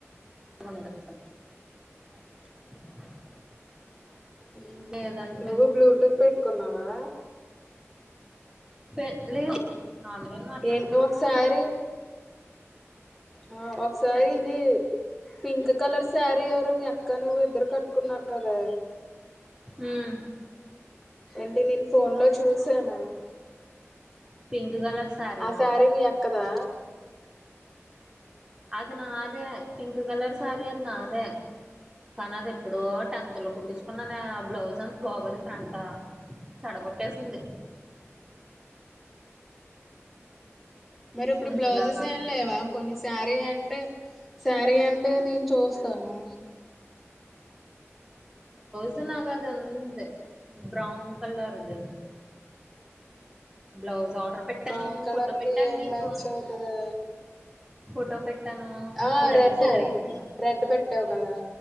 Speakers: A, on the right; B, in the centre.
A: <unintelligible>
B: ఉమ్
A: లేదంటే
B: నువ్వు బ్లూటూత్ పెట్టుకున్నావా
A: పెళ్లి నాన్నగారితో మాట్లాడుతున్నా
B: ఏంటి ఒకసారి ఆ ఒకసారి ఇది పింక్ కలర్ శారీ ఎవరో మీ అక్క నువ్వు ఇద్దరు కట్టుకున్నారు కదా
A: ఉమ్
B: అంటే నేను ఫోన్ లో చూసానా
A: పింక్ కలర్ శారీనా
B: ఆ శారీ మీ అక్కదా
A: అది నాదే పింక్ కలర్ సారీ అది నాదే కానీ అది ఎప్పుడో టెన్త్ లో కుట్టించుకున్నానే ఆ బ్లౌజ్ అంత బాగోదే ఫ్రంట్ చెడగొట్టేసింది
B: మరి ఇప్పుడు
A: చుంచులాగా
B: బ్లౌజెస్ ఏమి
A: కుట్టింది
B: లేవా కొన్ని సారీ అంటే సారీ అంటే నేను చూస్తాను
A: <unintelligible> నాగా అది ఉన్నింది ఎంత బ్రౌన్ కలర్ది అంతే బ్లౌజ్ ఆర్డర్ పెట్టాను
B: బ్రౌన్ కలర్
A: ఫోటో పెట్టాను
B: కి ఏం
A: నీకు
B: మ్యాచ్ అవుతది
A: ఫోటో పెట్ట టాను
B: ఆ
A: మీ దగ్గర
B: రెడ్
A: సారీ ఉందా
B: రెడ్ పెట్టావు కదా